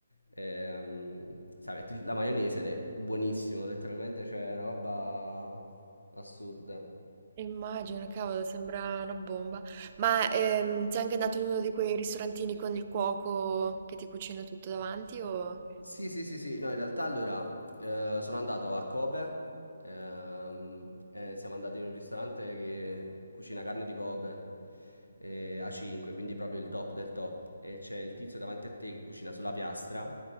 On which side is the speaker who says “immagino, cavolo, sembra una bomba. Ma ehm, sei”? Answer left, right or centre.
Right